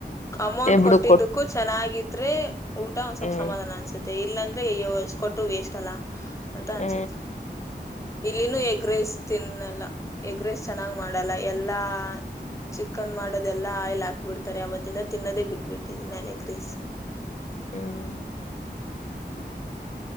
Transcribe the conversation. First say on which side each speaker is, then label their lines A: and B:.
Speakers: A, on the left (about 15°); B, on the left (about 40°).
A: ಅಮೌಂಟ್
B: ಏ ಬಿಡು
A: ಕೊಟ್ಟಿದ್ದಕ್ಕೂ
B: ಕೊಟ್
A: ಚೆನ್ನಾಗಿದ್ರೆ ಊಟ ಒಂದ್ ಸ್ವಲ್ಪ
B: ಹ್ಮ್
A: ಸಮಾಧಾನ ಅನ್ಸುತ್ತೆ ಇಲ್ಲಂದ ೆ ಅಯ್ಯೋ ಅಷ್ಟ ಕೊಟ್ಟು ವೇಸ್ಟ್ ಅಲ್ಲ ಅಂತ
B: ಹ್ಮ
A: ಅನ್ಸುತ್ತೆ. ಇಲ್ಲಿನೂ ಎಗ್ರೈಸ್ ತಿನ್ನಲ್ಲ ಎಗ್ರೈಸ್ ಚೆನ್ನಾಗ್ ಮಾಡಲ್ಲ ಎಲ್ಲಾ ಚಿಕನ್ ಮಾಡೋದೆಲ್ಲಾ ಆಯಿಲ್ ಹಾಕ್ ಬಿಿಡ್ತಾರೆ ಅವತ್ತಿಂದ ತಿನ್ನೋದೇ ಬಿಟ್ಬಿಡ್ತಿದನಿ ನಾನೇ ಗ್ರೇಸ್
B: ಹ್ಮ್